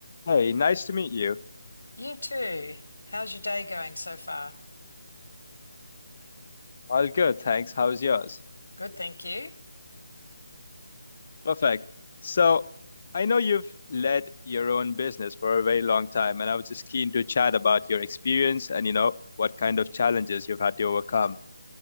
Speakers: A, on the left; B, on the left.
A: Hey, nice to meet you.
B: You too. How's your day going so far?
A: All good, thanks. How's yours?
B: Good, thank you.
A: Perfect. So, I know you've led your own business for a very long time, and I was just keen to chat about your experience and, you know, what kind of challenges you've had to overcome.